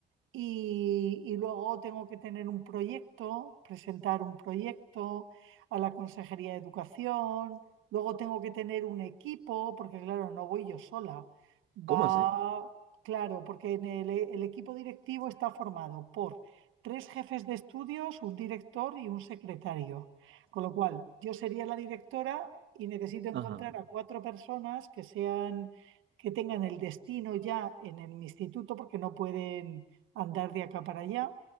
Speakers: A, on the right (about 85°); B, on the right (about 70°).
A: y, y luego tengo que tener un proyecto, presentar un proyecto a la Consejería de Educación. Luego tengo que tener un equipo, porque claro, no voy yo sola. Va,
B: ¿cómo así?
A: claro, porque en el, el equipo directivo está formado por tres jefes de estudios, un director y un secretario. Con lo cual, yo sería la directora y necesito encontrar
B: Ajá.
A: a cuatro personas que sean, que tengan el destino ya en el instituto, porque no pueden andar de acá para allá,